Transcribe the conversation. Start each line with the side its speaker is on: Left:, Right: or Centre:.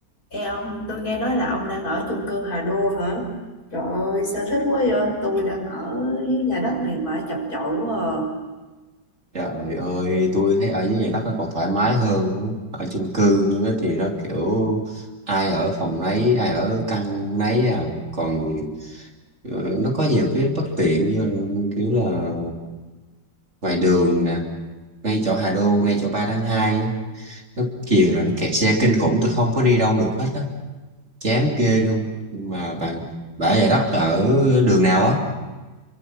Left: Ê ông, tôi nghe nói là ông đang ở chung cư Hà Đô hả? Trời ơi, sao thích quá vậy? Tôi đang ở dưới nhà đất này mà chập chội quá à.
Right: Trời ơi, tôi thấy ở dưới nhà đất nó còn thoải mái hơn. á. Ở chung cư á thì nó kiểu ai ở phòng nấy, ai ở căn nấy à. Còn ờ, nó có nhiều cái bất tiện như là, kiểu là ngoài đường nè, ngay chỗ Hà Đô, ngay chỗ 3 tháng 2 á. Nó chiều
Left: Ừ.
Right: là nó kẹt xe kinh khủng, tôi không có đi đâu được hết á. Chán ghê luôn. Nhưng Mà bạn, bạn ở nhà đất là ở đường nào á?